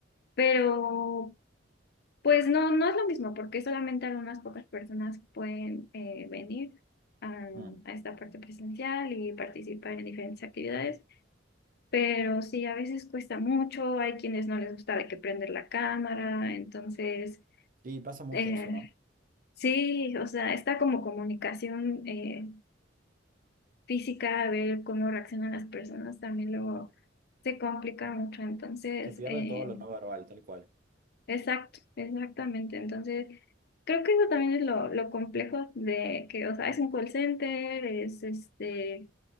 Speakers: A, on the left; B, on the right.
A: pero pues no, no es lo mismo, porque solamente algunas pocas personas pueden eh, venir a,
B: Mm.
A: a esta parte presencial y participar en diferentes actividades, pero sí, a veces cuesta mucho, hay quienes no les gusta de que prender la cámara, entonces,
B: Sí, pasa mucho
A: eh,
B: eso, ¿no?
A: sí, o sea, está como comunicación eh, física, a ver cómo reaccionan las personas, también luego se complica mucho, entonces...
B: Se pierde
A: eh,
B: todo lo no verbal, tal cual.
A: Exacto, exactamente. Entonces, creo que eso también es lo, lo complejo de que, o sea, es un call center, es este,